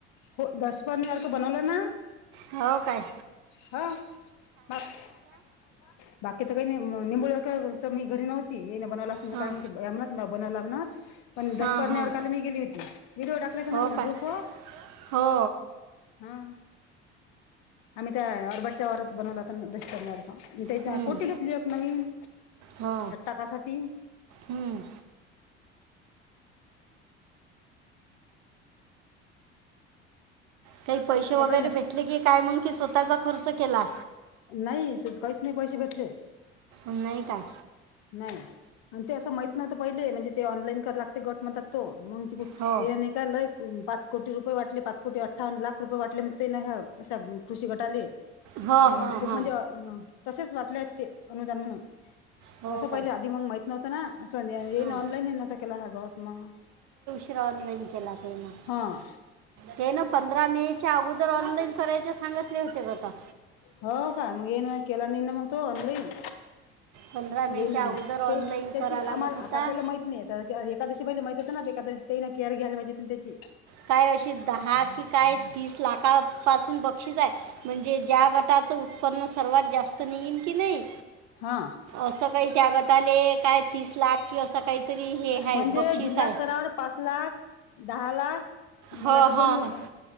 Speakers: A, on the left (about 65°); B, on the right (about 55°).
A: हो, दशपर्णी अर्क बनवलं ना?
B: हो काय.
A: हा, मग काय -काय बनवलं? बाकी तर काही नाही, निंबळ क, तर मी घरी नव्हती, इन बनवला असल तर
B: हां
A: काय माहिती. यमनाथ नाही बनवावं लागणार? पण दशपर्ण
B: हां हां
A: अर्कला मी गेली होती, व्हिडिओ टाकयच ना
B: हो
A: म
B: काय
A: ग्रुप वर.
B: हो
A: हा. आम्ही त्या यारबटा घरात बणवला होता दशपर्ण अर्क. त्याच्या
B: हं.
A: कोटी घेतली होती नवीन?
B: हो
A: टाकासाठी?
B: हम्म. काही पैसे वगैरे
A: तर काही ना
B: भेटले की काय, मंग की स्वतःचा खर्च केला.
A: नाही तंस कायचं नाही पैसे भेटले.
B: उनाई का?
A: नाही. आणि ते असं माहित नवतं पहिले, म्हणजे ते ऑनलाईन कराय लागते गट म्हणतात तो, मग
B: हो
A: ते आणि एक काय लय पाच कोटी रुपये वाटले, पाच कोटी अठ्ठावन लाख रुपये वाटले म ते अशा कृषी गटाली.
B: हो
A: हम,
B: हां
A: खूप
B: हां
A: म्हणजे अ तसेच वाटले आहेत ते, अनुदान म्हणून
B: हो
A: असं पहिले
B: का
A: आधी मग माहित नव्हतं ना, असं ये
B: हां
A: ऑनलाईनही नव्हता केला ह गत मग.
B: फि, ऑनलाईन केला पूर्ण.
A: हां.
B: ते ना पंधरा मे च्या अगोदर ऑनलाइन सरायचे सांगितले होते गटात.
A: हो का म हेन म केला नाही ना मग तो ऑनलाईन
B: पंधरा मेच्या
A: हे नाही
B: अगोदर
A: ते
B: ऑनलाईन
A: त्याची
B: करा
A: आम्हाला
B: लागत होता
A: आता आपल्याला माहीत नाही तर एकादशी पहिले म माहती होते ना ते एकादशी ते ना केअर घ्यायला पाहिजे त्याची
B: काय अशी दहा की काय तीस लाखापासून बक्षीस आहे म्हणजे ज्या गट गटाचं उत्पन्न सर्वात जास्त निघेन की नाही
A: हा
B: असं काही त्या गटाले काय तीस लाख कि असं काहीतरी हे आहे
A: म्हणजे
B: बक्षीस
A: जिल्हा
B: आहे
A: स्तरावर पाच लाख दहा लाख मला
B: हो
A: वाटतं
B: हो
A: दोन
B: हो